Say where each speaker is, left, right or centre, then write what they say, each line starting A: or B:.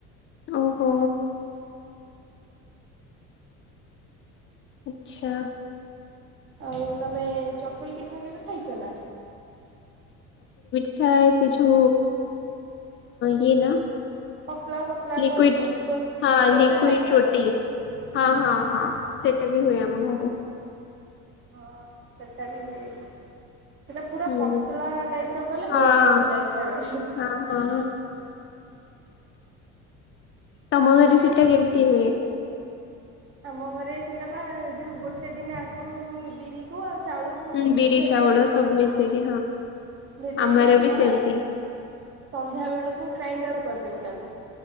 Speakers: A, on the left; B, on the right.
A: ଓହୋ। ଆଛା।
B: ଆଉ ତମେ ଚକୁଳି ପିଠା କେବେ ଖାଇଛ ନା?
A: ଖାଏ ସେଯୋ ୟେ ନା।
B: ପତଳା ପତଳା
A: ଲିକ୍ୟୁଡ
B: ଗୋଲ ଗୋଲ ଦୋ
A: ହଁ
B: ଦୋସା
A: ଲିକ୍ୟୁଡ
B: ଟାଇପ ର
A: ରୋଟି। ହଁ ହଁ ହଁ ସେଇଟା ବି ହୁଏ ଆମ ଘରେ।
B: ହଁ ସେଟା ବି ହୁଏ। ସେଇଟା ପୁରା
A: ହୁଁ
B: ପତଳା ଟାଇପ ର କଲେ
A: ହଁ
B: ବହୁତ ଟେଷ୍ଟି ଲାଗେ, ଖାଇବା ପାଇଁ
A: ହଁ ହଁ <inaudible> <unintelligible> ତମ ଘରେ
B: ତା
A: ସେଟା
B: ସାଙ୍ଗେ
A: କେମିତି ହୁଏ?
B: ଆମ ଘରେ ସେଟା ବା ଯୋଉ ଗୋଟେ ଦିନ ଆଗରୁ ବିରିକୁ ଆ ଚାଉଳକୁ
A: ହୁଁ ବିରି
B: ଭେଦେଇଦି
A: ଚାଉଳ ସବୁ ମିଶେଇକି
B: ହଁ ଭେଦେଇ
A: ଆମର
B: ଦେଇଥିବେ
A: ବି ସେମିତି
B: ସନ୍ଧ୍ୟା ବେଳକୁ ଗ୍ରାଇଣ୍ଡର କରିଦେବି ତାକୁ